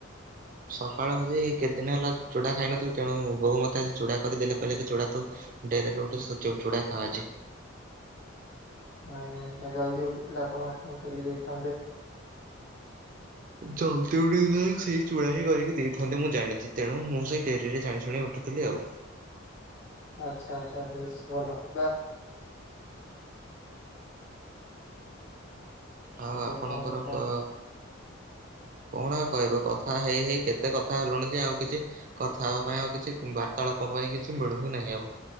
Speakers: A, on the right; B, on the left.
A: ସକାଳୁ ଆଜି କେତେ ଦିନ ହେଲା ଚୁଡା ଖାଇନଥିଲି ତେଣୁ ବୋଉ ମତେ ଆଜି ଚୁଡା କଦଳୀ ଦେଲେ କହିଲେ କି ଚୁଡା ତୁ ଡେରିରେ ଉଠୁଚୁ ତୁ ଚୁଡ଼ା ଖା ଆଜି।
B: ଆଜ୍ଞା ଆଜ୍ଞା ଜଲ୍ଦି ଉଠିଥିଲେ ଆପଣ କଣ କରିକି ଦେଇଥାନ୍ତେ।
A: ଜଲ୍ଦି ଉଠି ଯେ ସେଇ ଚୂଡା ହିଁ କରିକି ଦେଇଥାନ୍ତେ ମୁଁ ଜାଣିଚି। ତେଣୁ ମୁଁ ସେଇ ଡେରିରେ ଜାଣି ଶୁଣି ଉଠୁଥିଲି ଆଉ।
B: ଆଚ୍ଛା ଆଚ୍ଛା ବେଶ ଭଲ ବା।
A: ଆଉ ଆପଣଙ୍କର
B: କଣ କଣ?
A: ପ କଣ ଆଉ କହିବ କଥା ହେଇ ହେଇ କେତେ କଥା ହେଲୁଣି ଯେ ଆଉ କିଛି କଥା ହେବା ପାଇଁ ଆଉ କିଛି ବାର୍ତ୍ତାଳାପ ପାଇଁ କିଛି ମିଳୁ ହିଁ ନାହିଁ ଆଉ।